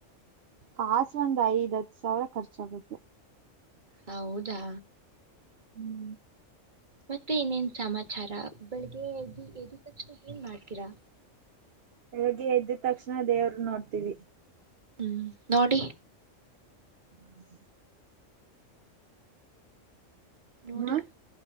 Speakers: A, on the right (about 55°); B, on the right (about 35°).
A: ಹಾ ಒಂದ್ ಐದ್ ಹತ್ತು ಸಾವಿರ ಖರ್ಚಾಗುತ್ತೆ
B: ಹೌದಾ
A: ಹ್ಮ್
B: ಮತ್ತೆ ಇನ್ನೇನ್ ಸಮಾಚಾರ ಬೆಳಿಗ್ಗೆ ಎ ಎ್ದ ತಕ್ಷಣ ಏನ್ ಮಾಡ್ತೀರಾ
A: ಬೆಳಗ್ಗೆ ಎದ್ದಿದ ತಕ್ಷಣ ದೇವರು ನೋಡ್ತೀವಿ
B: ಹ್ಮ್ ನೋಡಿ
A: ಹ್ಮ
B: ನೋಡಿ
A: ಹಾ